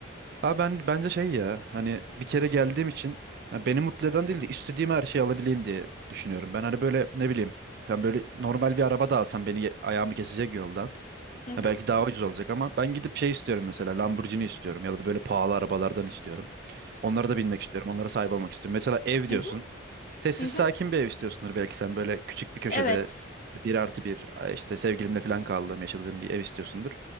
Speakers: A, on the right (about 50°); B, on the left (about 40°).
A: Ha ben bence şey ya hani bir kere geldiğim için ha beni mutlu eden değil de istediğim her şeyi alabileyim diye düşünüyorum. Ben hani böyle ne bileyim ben böyle normal bir araba da alsam beni ye- ayağımı kesecek yoldan.
B: Hı hı,
A: Ha belki daha ucuz olacak ama ben gidip şey istiyorum mesela Lamborghini istiyorum ya da böyle pahalı arabalardan istiyorum. Onlara da binmek istiyorum. Onlara sahip olmak istiyorum. Mesela ev
B: hı
A: diyorsun.
B: hı,
A: Sessiz
B: hı hı.
A: sakin bir ev istiyorsundur belki sen böyle küçük bir köşede
B: Evet.
A: bir artı bir ay işte sevgilimle falan kaldığım yaşadığım bir ev istiyorsundur.